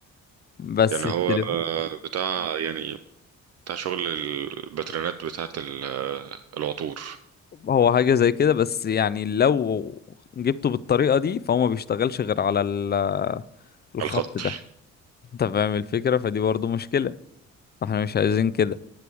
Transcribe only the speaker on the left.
بس
التليفون
هو حاجة زي كده بس يعني لو جبته بالطريقة دي فهو ما بيشتغلش غير على ال- الخط
ده انت فاهم الفكرة فدي برضو مشكلة فاحنا مش عايزين كده